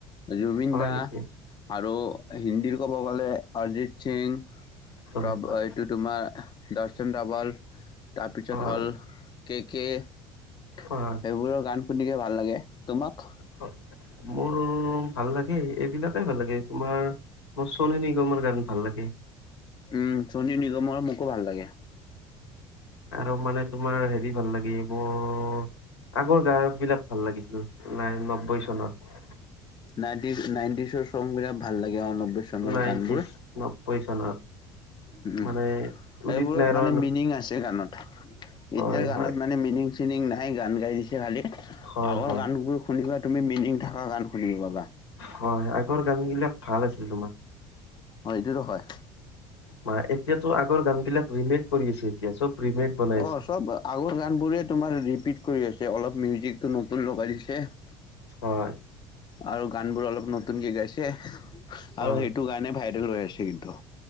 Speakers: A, on the left; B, on the left.
A: জুবিন
B: হয়
A: দা
B: নেকি
A: আৰু হিন্দীৰ ক'ব গ'লে অৰিজিত সিং
B: হয়
A: প্ৰ
B: হয়
A: এইটো তোমাৰ দৰ্শনবল তাৰপিছত
B: হয়
A: হ'ল কেকে সেইবোৰৰ
B: হয়
A: গান শুনিকে ভাল লাগে তোমাক
B: হয়। মোৰ ভাল লাগে এইবিলাকে ভাল লাগে তোমাৰ মোৰ চনিী নিগমৰ গান ভাল লাগে।
A: উম চনী নিগমৰ মোকো ভাল লাগে
B: আৰু মানে তোমাৰ হেৰি ভাল লাগি মোৰ আগৰ গায়ক বিলাক ভাল লাগিছিল নাই নব্বৈ চনত
A: নাইটি নাইনটিচৰ চং বিৰাট ভাল লাগে অনণব্বৈ চনৰ
B: নাইনটিজ
A: গানবোৰ
B: নব্বৈ চনত
A: উম
B: মানে
A: সবোৰত
B: উদিত নাৰায়ণ
A: মানে মিনিং আছে গানত
B: হয়
A: এতিয়া গানত
B: হয়
A: মানে মিনিং। চিনিং নাইগান গাই দিছে ভালেই
B: হয় হয়
A: গানবোৰ শুনিবা তুমি মিনিং থকা গান শুন পাবা
B: হয় আগৰ গান বিলাক ভাল আছিল তোমাৰ।
A: <unintelligible>
B: ম এতিয়াতো আগৰ গান বিলাক ৰিমেক কৰি আছে এতিয়া চব ৰিমেক বনাই আছে
A: অ' চব আগৰ গান বোৰে তোমাৰ ৰিপিট কৰি আছে অলপ মিউজিকটো নতুন লগাই দিছে এহ
B: হয়
A: আৰু গান বোৰ অলপ নতুনকে গাইছে
B: হয়
A: আৰু সেইটো গানে ভাইৰেল হৈ আছে কিন্তু।